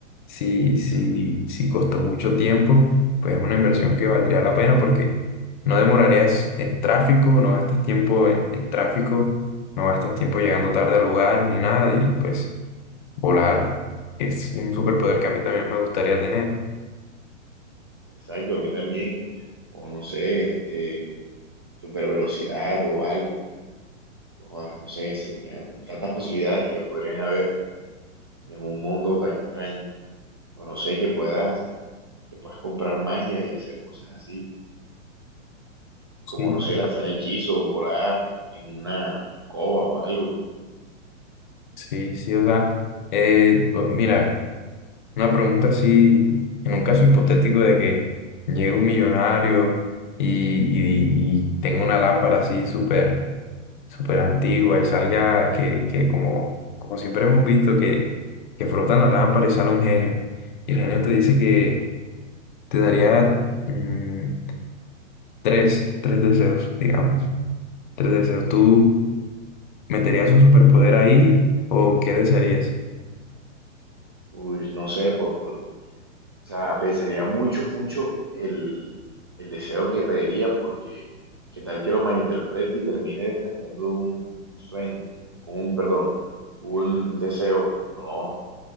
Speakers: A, on the left; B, on the right.
A: Si, si,
B: exacto,
A: si costó mucho tiempo, pues es una inversión que valdría la pena porque no demorarías en tráfico, no gastas tiempo en, en tráfico, no gastas tiempo llegando tarde al lugar ni nada. Y pues volar es un superpoder que a mí también me gustaría tener.
B: exacto, a mí también. O no sé, este, super velocidad o algo. Ah, no sé, serían tantas posibilidades que podrían haber en un mundo tan extraño. O no sé, que puedas, que puedas comprar magia y hacer cosas así.
A: Sí.
B: como no sé, lanzar hechizos, volar en una escoba o algo.
A: Sí, sí, o sea, eh, pues mira. Una pregunta así, en un caso hipotético de que llegue un millonario y, y, y tenga una lámpara así súper súper antigua y salga que, que como, como siempre hemos visto que, que frotan la lámpara y sale un genio. Y el genio te dice que te daría mm, tres, tres deseos, digamos. Tres deseos. ¿Tú meterías un superpoder ahí o qué desearías?
B: Uy, no sé, por- porque, o sea, pensaría mucho, mucho el, el deseo que pediría, porque qué tal que lo malinterprete y termine desgastando un, un sueño, un, perdón, un, un deseo. No, o